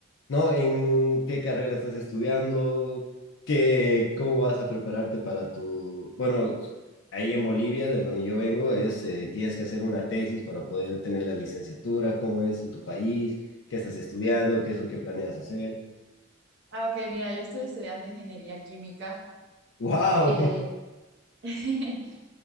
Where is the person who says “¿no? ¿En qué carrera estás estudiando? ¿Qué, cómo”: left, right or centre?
Left